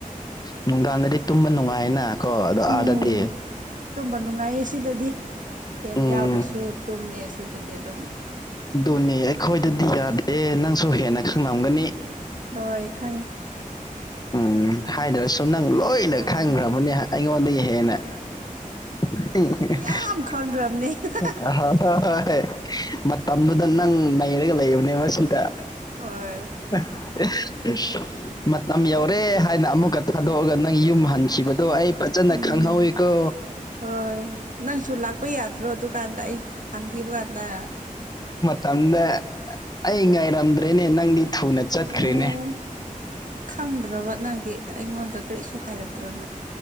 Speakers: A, on the left; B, on the right.
A: ꯅꯨꯡꯗꯥꯡꯗꯗꯤ ꯇꯨꯝꯕ ꯅꯨꯡꯉꯥꯏꯌꯦꯅ ꯀꯣ ꯑꯗꯣ
B: ꯎꯝ
A: ꯑꯥꯗꯗꯤ
B: ꯇꯨꯝꯕ ꯅꯨꯡꯉꯥꯏꯌꯦ ꯁꯤꯗꯗꯤ ꯐꯦꯟ
A: ꯎꯝ
B: ꯌꯥꯎꯗ꯭ꯔꯁꯨ ꯇꯨꯝꯃꯦ ꯁꯤꯗꯗꯤ ꯑꯗꯨꯝ
A: ꯑꯗꯨꯅꯦ ꯑꯩꯈꯣꯏꯗꯗꯤ
B: ꯎꯝ
A: ꯌꯥꯗꯦ ꯅꯪꯁꯨ ꯍꯦꯟꯅ ꯈꯪꯂꯝꯒꯅꯤ
B: ꯍꯣꯏ ꯈꯪꯉꯦ
A: ꯎꯝ ꯍꯥꯏꯗ꯭ꯔꯁꯨ ꯅꯪ ꯂꯣꯏꯅ
B: ꯑꯥ
A: ꯈꯪꯈ꯭ꯔꯕꯅꯤ ꯑꯩꯉꯣꯟꯗꯩ ꯍꯦꯟꯅ <unintelligible>
B: ꯌꯥꯝ <unintelligible>
A: ꯑ ꯍ ꯍꯣꯏ ꯍꯣꯏ ꯃꯇꯝꯗꯨꯗ ꯅꯪ ꯅꯩꯔꯒ ꯂꯩꯕꯅꯦꯕ ꯁꯤꯗ
B: ꯍꯣꯢ
A: <unintelligible> ꯃꯇꯝ ꯌꯧꯔꯦ ꯍꯥꯏꯅ ꯑꯃꯨꯛꯀ ꯊꯥꯗꯣꯛꯑꯒ ꯅꯪ ꯌꯨꯝ ꯍꯟꯈꯤꯕꯗꯣ ꯑꯩ ꯐꯆꯅ
B: ꯎꯝ
A: ꯈꯪꯅꯧꯏ ꯀꯣ
B: ꯍꯣꯏ ꯅꯪꯁꯨ ꯂꯥꯛꯄ ꯌꯥꯗ꯭ꯔꯣ ꯑꯗꯨꯀꯥꯟꯗ ꯑꯩ ꯍꯟꯈꯤꯕ ꯀꯥꯟꯗ
A: ꯇꯜꯂꯦ ꯑꯩ ꯉꯥꯏꯔꯝꯗ꯭ꯔꯦꯅꯦ ꯅꯪꯗꯤ ꯊꯨꯅ ꯆꯠꯈ꯭ꯔꯦꯅꯦ
B: ꯑꯦ ꯈꯪꯗ꯭ꯔꯕ ꯅꯪꯗꯤ ꯑꯩꯉꯣꯟꯗ ꯀꯔꯤꯁꯨ ꯍꯥꯏꯔꯛꯇ꯭ꯔꯣꯅ